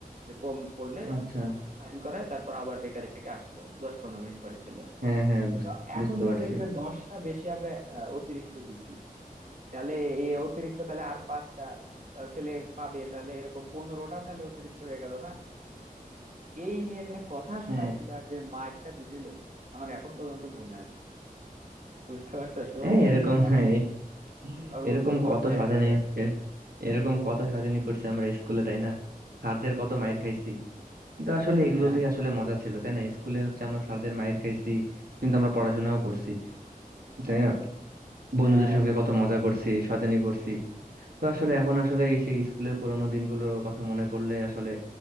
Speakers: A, on the right; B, on the right.
A: যে কম পড়লে
B: আচ্ছা
A: ওখানে সাইন করায় তারপর আবার বেকারি থেকে আসতো দশ পনেরো মিনিট পরে চলে আসতো
B: হ্যাঁ হ্যাঁ বুঝ-
A: তো
B: বুঝতে
A: এখন তো
B: পারছি
A: দেখছে দশটা বেশি আমরা আহ, অতিরিক্ত দিছি তাহলে এই অতিরিক্ত তাহলে আর পাঁচটা আহ, ছেলে পাবে তাহলে এরকম পনেরোটা তাহলে অতিরিক্ত হয়ে গেল না এই নিয়ে যা কথা শোনাইছিল
B: হ্যাঁ
A: আর যে মারটা দিছিল আমার এখন পর্যন্ত মনে আছে বুঝতে পারছো শয়তানির
B: হ্যাঁ এরকম
A: মানে
B: হ্যাঁ, এ-
A: সর্বোচ্চ
B: এরকম
A: পর্যায়ে
B: কত সাজানি
A: আমরা যাইতাম
B: এ- এরকম কত সাজানি করছে আমরা স্কুলে তাই না স্যারদের কত মাইর খাইছি কিন্তু আসলে
A: হ্যাঁ
B: এগুলোতেই আসলে মজা ছিল তাই না স্কুলে হচ্ছে আমরা স্যারদের মাইর খাইছি কিন্তু আমরা পড়াশোনাও করছি তাই না বন্ধুদের
A: হ্যাঁ
B: সঙ্গে
A: সেটাই
B: কত মজা করছি শয়তানি করছি তো আসলে এখন আসলে এই সেই স্কুলের পুরোনো দিনগুলোর কথা মনে পড়লে আসলে